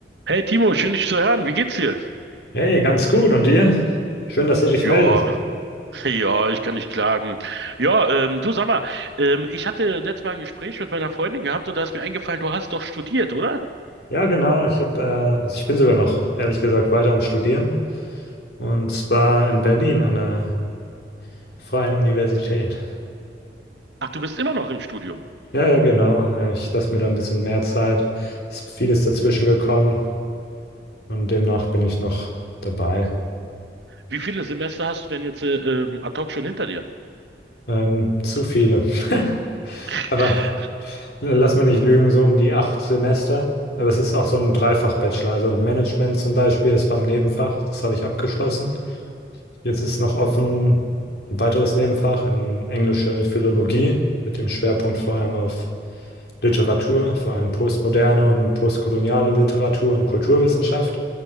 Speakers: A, on the right (about 75°); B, on the left (about 60°).
A: Hey Timo, schön dich zu hören. Wie geht's dir?
B: Hey, ganz gut. Und dir? Schön, dass du dich
A: Ja,
B: meldest.
A: <laughs> ja, ich kann nicht klagen. Ja, ähm, du sag mal, ähm, ich hatte letztes Mal ein Gespräch mit meiner Freundin gehabt und da ist mir eingefallen, du hast doch studiert, oder?
B: Ja, genau. Ich hab, äh, also ich bin sogar noch, ehrlich gesagt, weiter am Studieren. Und zwar in Berlin an der Freien Universität.
A: Ach, du bist immer noch im Studium.
B: Ja, ja, genau. Äh, Ich lasse mir da ein bisschen mehr Zeit. Ist vieles dazwischen gekommen und demnach bin ich noch dabei.
A: Wie viele Semester hast du denn jetzt äh, ähm, ad hoc schon hinter dir?
B: Ähm, zu viele. <laughs>
A: <laughs>
B: Aber lass mich nicht lügen, so um die acht Semester. Aber es ist auch so ein Dreifach-Bachelor. Also Management zum Beispiel, das war im Nebenfach, das habe ich abgeschlossen. Jetzt ist noch offen ein weiteres Nebenfach in englische Philologie mit dem Schwerpunkt vor allem auf Literatur, vor allem postmoderne und postkoloniale Literatur und Kulturwissenschaft.